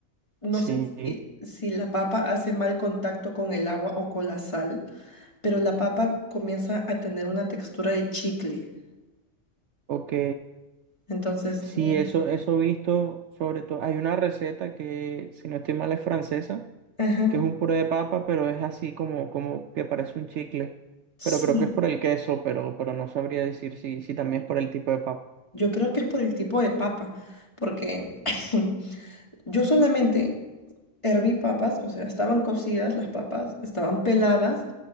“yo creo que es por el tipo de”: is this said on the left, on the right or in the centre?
Left